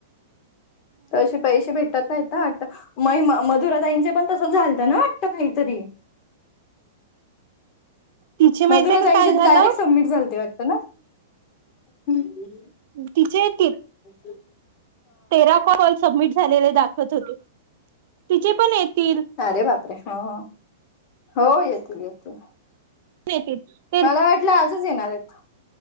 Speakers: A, on the left; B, on the right.
A: तसे पैसे भेटत नाहीत आट महीमा मधुरा ताईंचे पण तसं झालतं ना वाटत काहीतरी.
B: तिचे माहितीय
A: मधुराताईचे
B: का काय झालं
A: डायरेक्ट सबमिट झालते वाटतं ना. हम.
B: तिचे तीप.
A: उ हम.
B: तेरा कॉल सबमिट झालेले दाखवत होते तिचे पण येतील.
A: अरे बापे ह ह. हो येतील येतील.
B: नेतील.
A: मला वाटलं आजच येणार आहेत.